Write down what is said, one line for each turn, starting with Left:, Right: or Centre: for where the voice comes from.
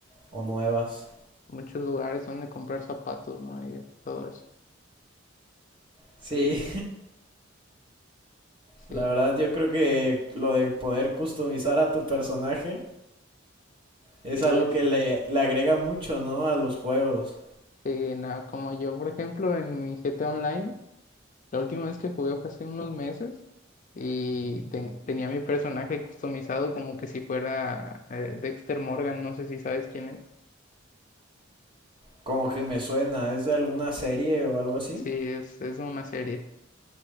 Right: o nuevas.
Left: muchos lugares donde comprar zapatos, ¿no? Y todo eso.
Right: Sí.
Left: Sí,
Right: La verdad, yo creo que lo de poder customizar a tu personaje es
Left: sí,
Right: algo
Left: es,
Right: que le, le agrega mucho, ¿no? A los juegos.
Left: sí, nada, como yo, por ejemplo, en mi GTA Online. La última vez que jugué fue hace unos meses y ten- tenía mi personaje customizado como que si fuera eh, Dexter Morgan, no sé si sabes quién es.
Right: Como que me suena, ¿es de alguna serie o algo así?
Left: Sí, es, es una serie.